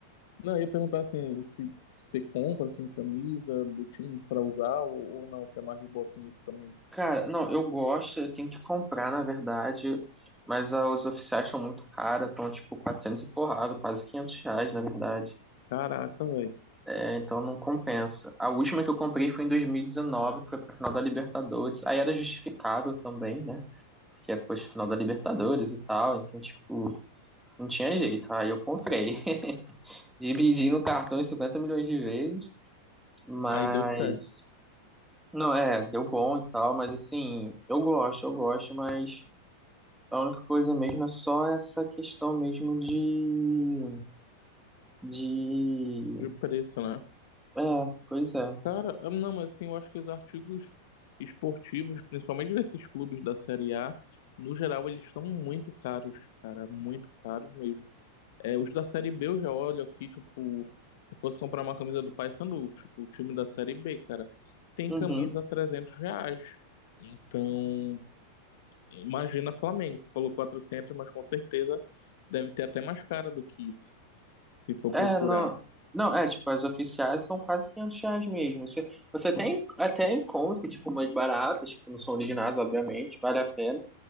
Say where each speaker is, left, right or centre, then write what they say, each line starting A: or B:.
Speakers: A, on the left; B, in the centre.
A: não, eu ia perguntar assim, se você compra assim camisa do time pra usar ou, ou não, você é mais de boa com isso também.
B: Cara, não, eu gosto, eu tenho que comprar, na verdade, mas ah, os oficiais são muito caros, estão tipo 400 e porrada, quase 500 reais, na verdade.
A: Caraca, velho.
B: É, então não compensa. A última que eu comprei foi em 2019, que foi pra final da Libertadores. Aí era justificável também, né? Porque é, poxa, final da Libertadores e tal, então, tipo, não tinha jeito. Aí eu comprei. <laughs> Dividi no cartão em 50 milhões de vezes, mas...
A: Aí deu certo
B: Não, é, deu bom e tal, mas assim, eu gosto, eu gosto, mas... A única coisa mesmo é só essa questão mesmo de, de,
A: de preço, né?
B: é, pois é,
A: Cara, não, mas assim, eu acho que os artigos esportivos, principalmente desses clubes da Série A, no geral, eles estão muito caros, cara, muito caros mesmo. É, os da Série B eu já olho aqui, tipo, se fosse comprar uma camisa do Paysandu, tipo, o time da Série B, cara, tem
B: uhum.
A: camisa a 300 reais. Então, imagina Flamengo, você falou quatrocentos mas com certeza deve ter até mais cara do que isso, se for procurar.
B: É, não, não, é, tipo, as oficiais são quase 500 reais mesmo, você, você tem, até encontra, tipo, umas baratas, que não são originais, obviamente, vale a pena,